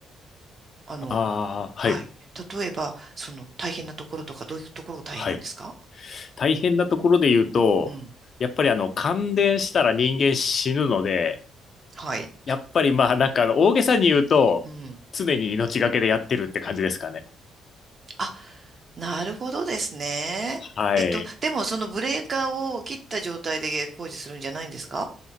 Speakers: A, on the right; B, on the left.
A: あの、
B: ああ、はい。
A: はい。例えば、その大変なところとか、どういうところが大変なんですか
B: はい。大変なところで言うと、
A: うん。
B: やっぱりあの、感電したら人間死ぬので、
A: はい。
B: やっぱりまあ、なんかあの、大げさに言うと、
A: うん。
B: 常に命がけでやってるって感じですかね。
A: あ、なるほどですね。
B: はい。
A: えっと、でもそのブレーカーを切った状態で工事するんじゃないんですか